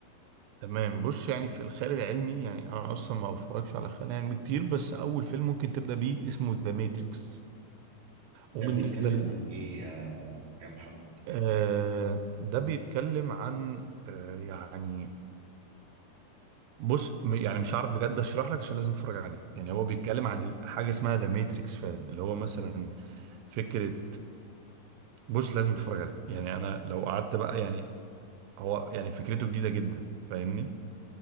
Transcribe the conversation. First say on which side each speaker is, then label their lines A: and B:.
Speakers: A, on the right; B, on the right.
A: تمام بص يعني في الخيال العلمي يعني أنا أصلا ما بفرجش على خيال علمي كتير بس أول فيلم ممكن تبدأ بيه اسمه ذا ماتريكس
B: ده
A: وبالنسبة
B: بيتكلم
A: لل
B: عن ايه يا يا محمد
A: آه ده بيتكلم عن آه يعني بص م- يعني مش عارف بجد اشرح لك عشان لازم تتفرج عليه يعني هو بيتكلم عن ال- حاجة اسمها ذا ماتريكس فعلا اللي هو مثلا فكرة بص لازم تتفرج عليه يعني انا لو قعدت بقى يعني هو يعني فكرته جديده جدا فاهمني